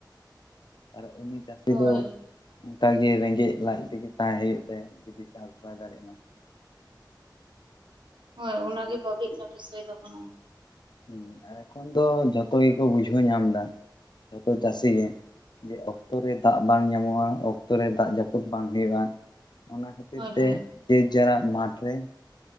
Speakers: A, on the left; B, on the right.
A: ᱟᱨ ᱩᱱᱤ ᱪᱟᱹᱥᱤ
B: ᱦᱳᱭ
A: ᱫᱚ ᱚᱱᱠᱟ ᱜᱮ ᱨᱮᱸᱜᱮᱡ ᱞᱟᱡ ᱛᱮᱜᱮ ᱛᱟᱦᱮᱸ ᱦᱳᱭᱳᱜ ᱛᱟᱭᱟ, ᱡᱩᱫᱤ ᱪᱟᱥ ᱵᱟᱭ ᱫᱟᱲᱮᱭᱟᱜᱼᱟ᱾
B: ᱦᱳᱭ ᱚᱱᱟᱜᱮ ᱵᱷᱟᱹᱵᱤᱡ ᱨᱮᱱᱟᱜ ᱵᱤᱥᱚᱭ ᱫᱚ ᱠᱟᱱᱟ᱾
A: ᱦᱮᱸ ᱟᱨ, ᱮᱠᱷᱚᱱ ᱫᱚ ᱡᱷᱚᱛᱚ ᱜᱮᱠᱚ ᱵᱩᱡᱷᱟᱹᱣ ᱧᱟᱢ ᱫᱟ, ᱡᱷᱚᱛᱚ ᱪᱟᱹᱥᱤ ᱜᱮ ᱡᱮ ᱚᱠᱛᱚ ᱨᱮ ᱫᱟᱜ ᱵᱟᱝ ᱧᱟᱢᱚᱜᱼᱟ, ᱚᱠᱛᱚ ᱨᱮ ᱫᱟᱜ ᱡᱟᱹᱯᱩᱫ ᱵᱟᱝ ᱦᱳᱭᱳᱜᱼᱟ᱾ ᱚᱱᱟ ᱠᱷᱟᱹᱛᱤᱨ
B: ᱦᱳᱭ
A: ᱛᱮ,
B: ᱦᱳᱭ
A: ᱡᱮ ᱡᱟᱨᱟᱜ ᱢᱟᱴᱷ ᱨᱮ